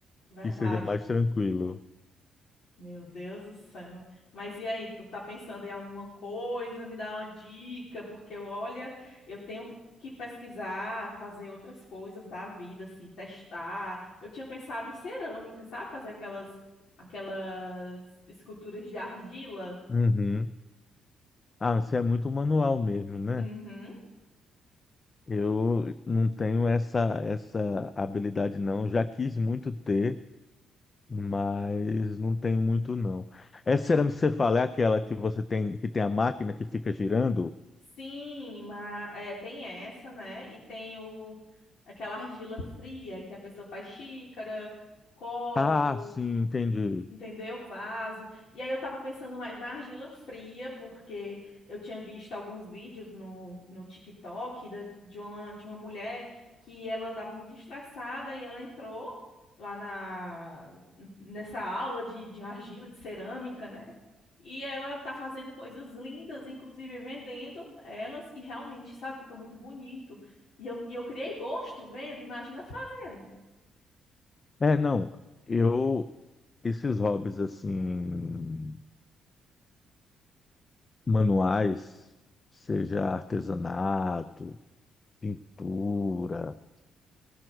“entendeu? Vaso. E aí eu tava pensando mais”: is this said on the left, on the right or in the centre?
Left